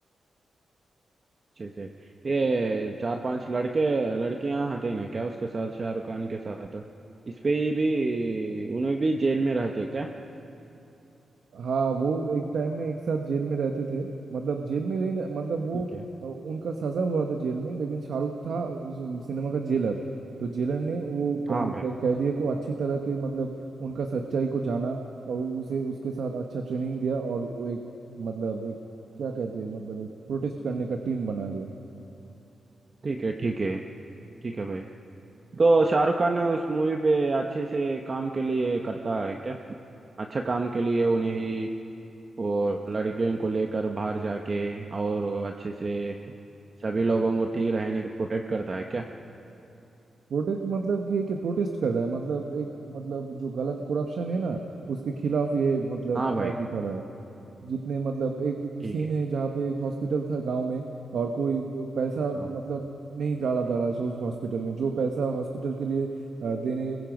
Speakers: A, on the right (about 30°); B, on the right (about 65°).
A: अच्छे से ये चार पांच लड़के लड़कियां हते ना क्या उसके साथ शाहरुख खान के साथ इस पे ही भी उन्हें भी जेल में रहते क्या
B: हाँ वो एक टाइम में एक साथ जेल में रहते थे मतलब जेल में रहने मतलब वो
A: ठीक है
B: अ, उनका सजा हुआ था जेल में लेकिन शाहरुख था उस सिनेमा का जेलर तो जेलर ने वो
A: हाँ
B: बंद
A: भाई
B: क- कैदियों को अच्छी तरह के मतलब उनका सच्चाई को जाना और उसे उसके साथ अच्छा ट्रेनिंग दिया और वो एक मतलब एक क्या कहते हैं मतलब एक प्रोटेस्ट करने का टीम बना लिया
A: ठीक है ठीक है ठीक है भाई तो शाहरुख खान उस मूवी पे अच्छे से काम के लिए करता है क्या अच्छा काम के लिए उन्हें ही वो लड़कियों को लेकर बाहर जाके और अच्छे से सभी लोगों को ठीक रहने की प्रोटेक्ट करता है क्या
B: प्रोटेस्ट मतलब कि ये कि प्रोटेस्ट कर रहा है मतलब एक मतलब जो गलत करप्शन है ना उसके खिलाफ ये मतलब
A: हाँ
B: आवाज
A: भाई
B: उठा रहा है जितने मतलब एक
A: ठीक
B: सीन
A: है
B: है जहाँ पे एक हॉस्पिटल था गांव में और कोई पैसा
A: हाँ भाई,
B: मतलब नहीं डाला डाला उस हॉस्पिटल में जो पैसा हॉस्पिटल के लिए अ, देने